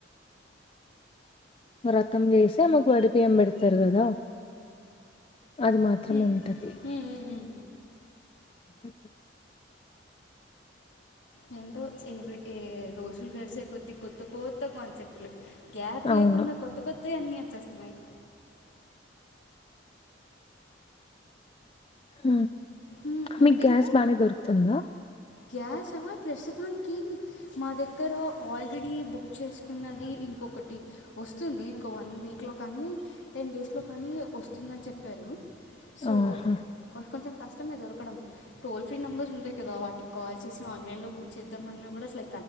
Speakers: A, on the left; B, on the left.
A: వ్రతం చేసి అమ్మ కు వడి బియ్యం పెడతారు కదా అది మాత్రం
B: హ్మ్.
A: ఉంటది
B: హ్మ్. హ్మ్. హ్మ్.
A: <unintelligible>
B: ఏందో <unintelligible> రోజులు గడిచాక కొద్ది కొత్త కొత్త కాన్సెప్ట్లు గ్యాప్
A: అవును
B: లేకుండా కొత్త కొత్త అ అన్నిీ వచ్చేస్తున్నాయి
A: హ
B: హ్మ్.
A: మీకు
B: ఏంటింకా?
A: గ్యాస్ బానే దొరుకుతుందా
B: గ్యాసా ప్రస్తుతానికి మా దగ్గర ఆల్రెడీ బుక్ చేసుకున్నది ఇంకొకటి వస్తుంది ఇంకో వన్ వీక్లో కానీ టెన్ డేస్లో కానీ వస్తుందని చెప్పారు సో
A: ఆహా
B: అంటే <unintelligible> దొరకడం టోల్ ఫ్రీ నెబర్స్ ఉంటాయి కదా వాటికి కాల్ చేసి ఆన్లైన్ లో బుక్ చేద్దామని కూడా అస్సలు